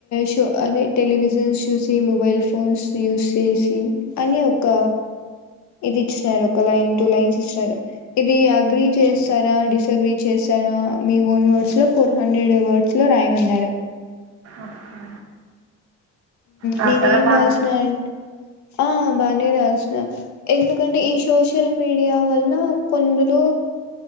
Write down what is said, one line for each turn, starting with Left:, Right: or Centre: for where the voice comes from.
Left: షో అదే టెలివిజన్స్ చూసి మొబైల్ ఫోన్స్ యూస్ చేసి అని ఒక ఇది ఇచ్చినారు ఒక లైన్ టు లైన్స్ ఇచ్చినారు ఇది అగ్రి చేస్తారా డిస అగ్రీ చేస్తారా మీ ఓన్ వర్డ్స్ లో ఫోర్ హండ్రెడ్ వర్డ్స్ లో రాయమన్నారు
Right: ఓకే రాసారా
Left: నేనే ఏం
Right: బాగా
Left: రాసిన అంటే ఆ బాగానే రాసిన ఎందుకంటే ఈ సోషల్ మీడియా వల్ల కొందరు